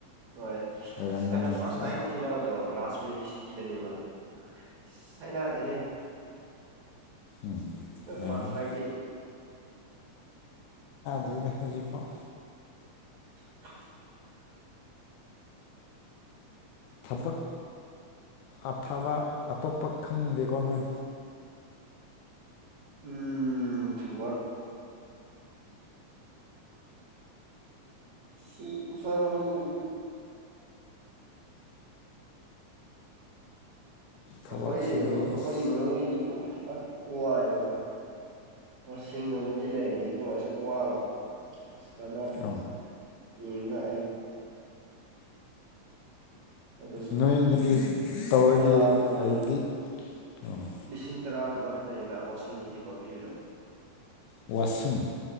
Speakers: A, on the right; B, on the left.
A: ꯍꯣꯏ
B: ꯑꯣꯏꯔꯝꯒꯅꯤ
A: ꯑꯁ ꯑꯩꯅ ꯐꯥꯔꯁ
B: ꯑꯣ
A: ꯇꯥꯏꯝ ꯊꯤꯅꯕꯗꯣ ꯔꯥꯖ ꯃꯦꯔꯤ ꯁꯤꯇꯤꯗꯅꯦꯕ ꯁꯥꯏꯅꯗꯦ
B: ꯎꯝ ꯑꯣꯏꯔꯝꯅꯤ
A: ꯐꯥꯔꯁ ꯇꯥꯏꯟꯇ
B: ꯑꯗꯨ ꯊꯖꯤꯖꯤ ꯐꯥꯎ
A: <unintelligible>
B: ꯊꯕꯛ ꯑꯐꯕ ꯑꯇꯣꯞꯄ ꯈꯪꯗꯦꯀꯣꯅꯣꯏ
A: ꯎꯝ ꯁꯕꯠ ꯁꯤ ꯁꯥꯔ ꯃꯅꯨꯡꯗꯗꯤ
B: ꯊꯕꯛꯁꯤꯗꯤ
A: ꯈꯣꯏ
B: ꯑꯁ
A: ꯍꯣꯏ ꯃꯅ ꯑꯣ ꯑꯑꯕ ꯀ ꯃꯁꯤꯡ ꯑꯃꯗꯤ ꯂꯩꯔꯅꯤ ꯑꯗꯨꯒ ꯑꯁꯨꯛ ꯋꯥꯕ ꯑꯁ ꯀꯅꯥꯗꯦ
B: ꯑꯧ
A: ꯌꯦꯡ ꯑꯩ ꯑꯗꯨꯁꯨ
B: ꯅꯣꯏꯒꯤꯗꯤ ꯇꯧꯗꯤ
A: ꯇꯔꯥꯒꯨꯝꯕ
B: ꯑꯩꯗꯤ ꯑꯧ
A: ꯂꯤꯁꯤꯡ ꯇꯔꯥꯒꯨꯝꯃ ꯈꯛꯇ ꯂꯩꯕ ꯑꯣꯁꯗꯤ ꯀꯣ ꯄꯤꯕꯤꯔꯛꯎ
B: ꯋꯥꯁꯤꯡ